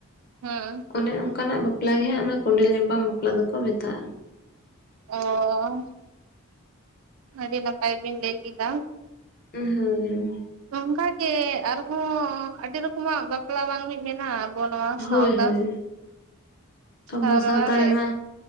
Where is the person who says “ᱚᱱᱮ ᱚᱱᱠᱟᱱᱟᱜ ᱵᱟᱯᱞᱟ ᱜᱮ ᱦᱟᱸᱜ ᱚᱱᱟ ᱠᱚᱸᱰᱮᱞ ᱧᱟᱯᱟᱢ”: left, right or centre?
Left